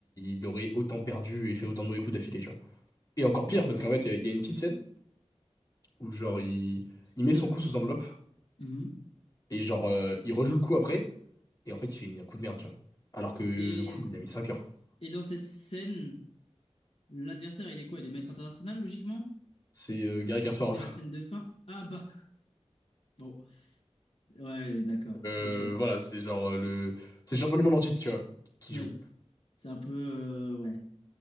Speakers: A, on the left; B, on the left.
A: il aurait autant perdu et fait autant de mauvais coups d'affilée, tu vois. Et encore pire,
B: Ah, c'est-
A: parce qu'en fait, il y, a il y a une petite scène où, genre, il, il
B: Et
A: met
B: dans.
A: son
B: ce-
A: coup sous enveloppe
B: Mhm.
A: et, genre, euh, il rejoue le coup après. Et en fait, il fait une- un coup de merde, tu vois. Alors que le
B: Et,
A: coup, il a mis cinq heures.
B: et dans cette scène, l'adversaire, il est quoi? Il est maître international, logiquement?
A: C'est euh, Garry Kasparov.
B: Vu que c'est la scène
A: <laughs>
B: de fin. Ah bah. Bon. Ouais, d'accord.
A: Euh,
B: Ok.
A: voilà, c'est genre euh, le. C'est le champion du monde entier, tu vois, qui
B: Oui.
A: joue.
B: C'est un peu. euh, ouais.